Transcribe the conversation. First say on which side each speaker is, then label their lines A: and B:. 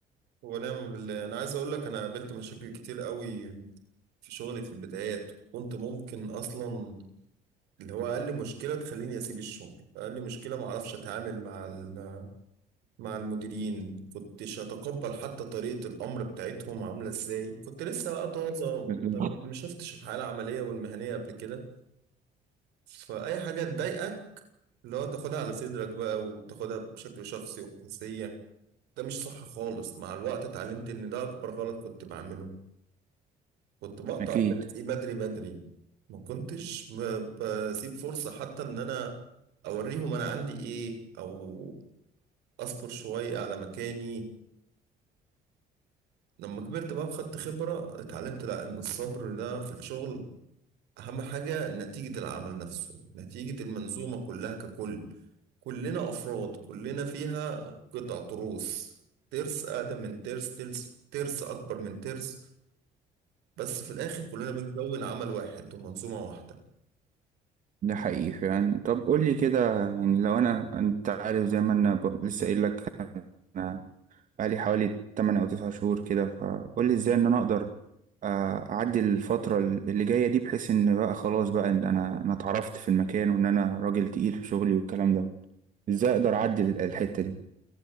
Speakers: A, on the right; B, on the right.
A: ونعم بالله انا عايز اقول لك انا قابلت مشاكل كتير قوي في شغلي في البدايات كنت ممكن اصلا اللي هو اقل مشكله تخليني اسيب الشغل اقل مشكله ما اعرفش اتعامل مع ال- مع المديرين كنتش اتقبل حتى طريقه الامر بتاعتهم عامله ازاي كنت لسه بقى طازه
B: بالظبط.
A: ما شفتش الحياه العمليه والمهنيه قبل كده فاي حاجه تضايقك اللي هو تاخدها على صدرك بقى وتاخدها بشكل شخصي وحساسيه ده مش صح خالص مع الوقت اتعلمت ان ده اكبر غلط كنت بعمله كنت بقطع
B: اكيد
A: درسي بدري بدري ما كنتش ب- بسيب فرصة حتى ان انا اوريهم انا عندي ايه او اصبر شوية على مكاني لما كبرت بقى وخدت خبرة اتعلمت لا ان الصبر ده في الشغل اهم حاجة نتيجة العمل نفسه نتيجة المنظومة كلها ككل كلنا افراد كلنا فيها قطع تروس ترس اقدم من ترس ترس ترس اكبر من ترس بس في الاخر كلنا بنكون عمل واحد ومنظومة واحدة
B: ده حقيقي فعلا طب قول لي كده يعني لو انا انت عارف زي ما انا ب... لسه قايل لك انا بقالي حوالي 8 او 9 شهور كده فقول لي ازاي ان انا اقدر آه، اعدي الفترة اللي جاية دي بحيث ان بقى خلاص بقى ان انا انا اتعرفت في المكان وان انا راجل تقيل في شغلي والكلام ده ازاي اقدر اعدي ال- الحتة دي